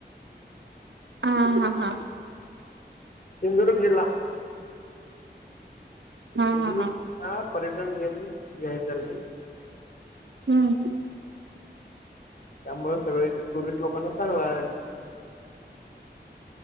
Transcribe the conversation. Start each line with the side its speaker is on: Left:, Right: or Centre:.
Right: हा हा हा
Left: चिंगुर्ग जिल्हा
Right: हा
Left: श
Right: हा
Left: पर्यटन नियम याय कर
Right: हम्
Left: त्यामु सगळ इथे टुरिस्ट लोकांना चांगला आहे